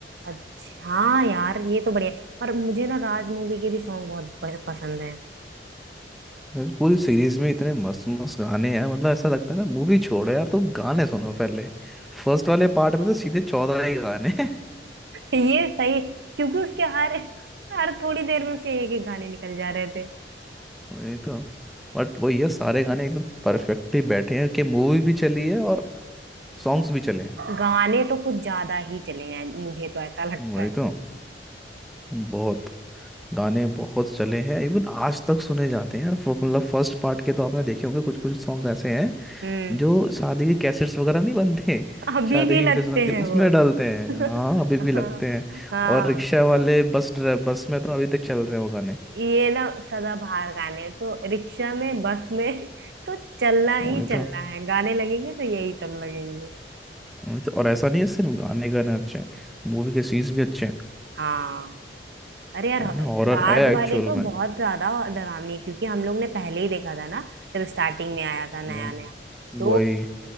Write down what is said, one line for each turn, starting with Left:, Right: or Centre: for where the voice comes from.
Right: अच्छा हाँ यार ये तो बढ़िया है। और मुझे ना राज मूवी के भी सॉन्ग बहुत प- पसंद है
Centre: इस पूरी सीरीज में इतने मस्त मस्त गाने हैं मतलब ऐसा लगता है ना मूवी छोड़ो यार तुम गाने सुनो पहले फर्स्ट वाले पार्ट में तो सीधे चौदह ही गाने हैं
Right: ये सही क्योंकि उसके हर हर थोड़ी देर में उसे एक एक गाने निकल जा रहे थे
Centre: <laughs> वही तो बट वही है सारे गाने एकदम परफेक्टली बैठे हैं कि मूवी भी चली है और सॉन्ग्स भी चले हैं
Right: गाने तो कुछ ज्यादा ही चले हैं मुझे तो ऐसा लगता
Centre: वही
Right: है
Centre: तो बहुत गाने बहुत चले हैं इवन आज तक सुने जाते हैं यार फ- मतलब फर्स्ट पार्ट के तो आपने देखे होंगे कुछ कुछ सॉन्ग्स ऐसे हैं
Right: हम्म
Centre: जो शादी के कैसेट्स वगैरह नहीं बनते
Right: अभी
Centre: शादी
Right: भी
Centre: की
Right: लगते
Centre: वीडियोस बनती
Right: हैं
Centre: उसमें
Right: वो
Centre: डालते हैं
Right: <laughs>
Centre: हाँ अभी भी लगते हैं
Right: हाँ
Centre: और रिक्शा वाले बस ड्राइ बस में तो अभी तक चल रहे हैं वो गाने
Right: ये ना सदाबहार गाने तो रिक्शा में बस में तो चलना ही
Centre: वही
Right: चलना
Centre: तो
Right: है गाने लगेंगे तो यही सब लगेंगे
Centre: वही तो और ऐसा नहीं है सिर्फ गाने गाने अच्छे हैं मूवी के सीन्स भी अच्छे हैं
Right: हाँ अरे यार
Centre: है ना हॉरर
Right: राज
Centre: है एक्चुअल
Right: वाली तो
Centre: में
Right: बहुत ज्यादा डरावनी है, क्योंकि हम लोग ने पहले ही देखा था ना जब स्टार्टिंग में आया था नया
Centre: वह-
Right: नया तो
Centre: वही